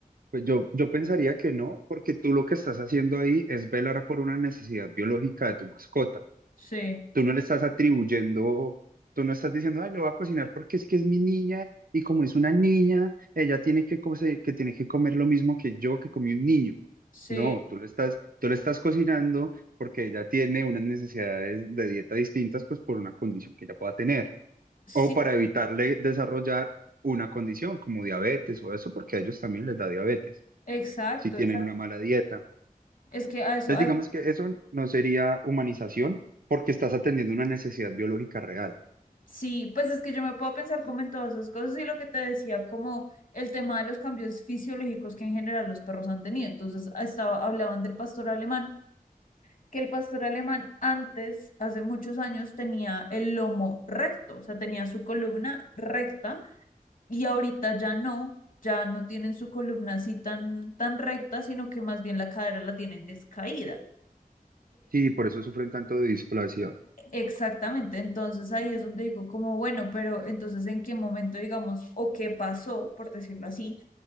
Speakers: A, on the right; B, on the left.
A: Pues yo, yo pensaría que no, porque tú lo que estás haciendo ahí es velar por una necesidad biológica de tu mascota.
B: Sí,
A: Tú no le estás atribuyendo, tú no estás diciendo, ay, lo voy a cocinar porque es que es mi niña y como es una niña, ella tiene que, cose- que tiene que comer lo mismo que yo que comí un niño.
B: sí,
A: No, tú le estás, tú le estás cocinando porque ella tiene unas necesidades de dieta distintas, pues por una condición que ella pueda tener
B: sí,
A: o para evitarle desarrollar una condición como diabetes o eso, porque a ellos también les da diabetes
B: exacto.
A: si tienen
B: exacto.
A: una mala dieta.
B: Es que a eso,
A: Entonces, digamos que eso no sería humanización porque estás atendiendo una necesidad biológica real.
B: Sí, pues es que yo me puedo pensar como en todas esas cosas y lo que te decía, como el tema de los cambios fisiológicos que en general los perros han tenido. Entonces, estaba, hablaban del pastor alemán, que el pastor alemán antes, hace muchos años, tenía el lomo recto, o sea, tenía su columna recta y ahorita ya no, ya no tienen su columna así tan, tan recta, sino que más bien la cadera la tienen descaída.
A: Sí, por eso sufren tanto de displasia.
B: Exactamente, entonces ahí es donde digo como, bueno, pero entonces en qué momento, digamos, o qué pasó, por decirlo así,